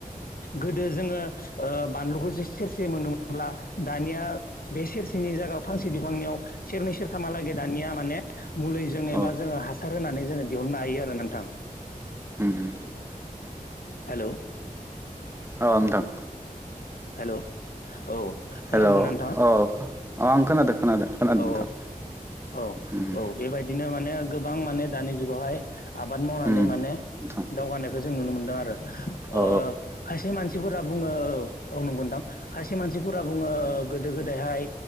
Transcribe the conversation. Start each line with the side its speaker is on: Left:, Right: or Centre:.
Left: गोदो जोङो ओ बानलुखौ जे सेर मोनदोंब्ला दानिया बे सेरसेनि जायगायाव फांसे बिफांनियाव सेरनै सेरथाम हालागै दानिया माने मुलिजों एबा
Right: औ
Left: जोङो हासार होनानै जोङो दिहुननो हायो आरो नोंथां
Right: उम उम
Left: हेल'
Right: औ नोंथां
Left: हेल' औ खोनादोंना
Right: हेलो
Left: नोंथाङा
Right: औ अ आं खोनादों खोनादों खोनादों
Left: औ
Right: नोंथां
Left: औ औ
Right: उम
Left: औ बेबायदिनो माने गोबां माने दानि जुगावहाय आबाद मावनानै
Right: उम नोंथां
Left: माने दावगानायखौ जों नुनो मोनदों
Right: औ
Left: ओ खायसे मानसिफोर फोरा बुङो औ नंगौ नोंथां खायसे मानसिफोरा बुङो गोदो गोदायहाय